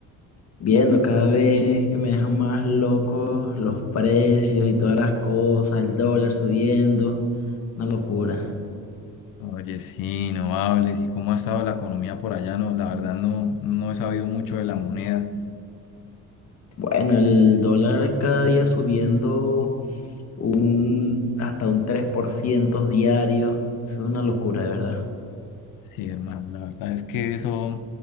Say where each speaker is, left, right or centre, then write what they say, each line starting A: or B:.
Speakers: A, on the left (about 50°); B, on the left (about 80°).
A: viendo cada vez que me dejan más locos los precios y todas las cosas, el dólar subiendo, una locura.
B: Oye, sí, no hables. ¿Y cómo ha estado la economía por allá? No, la verdad no, no he sabido mucho de la moneda.
A: Bueno, el dólar cada día subiendo un, hasta un 3% diario, es una locura, de verdad.
B: Sí, hermano, la verdad es que eso,